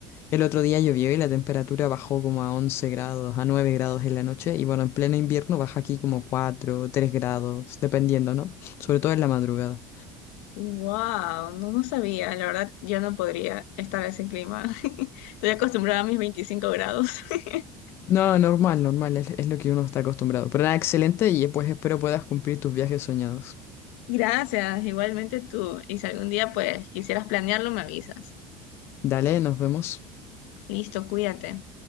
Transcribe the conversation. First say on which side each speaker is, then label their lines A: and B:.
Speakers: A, on the left; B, on the left.
A: El otro día llovió y la temperatura bajó como a 11 grados, a 9 grados en la noche. Y bueno, en pleno invierno baja aquí como 4, 3 grados, dependiendo, ¿no? Sobre todo en la madrugada.
B: Wow, no, no sabía. La verdad, yo no podría estar en ese clima. <laughs> Estoy acostumbrada a mis 25 grados. <laughs>
A: No, normal, normal, es, es lo que uno está acostumbrado. Pero nada, excelente y pues espero puedas cumplir tus viajes soñados.
B: Gracias, igualmente tú. Y si algún día pues quisieras planearlo, me avisas.
A: Dale, nos vemos.
B: Listo, cuídate.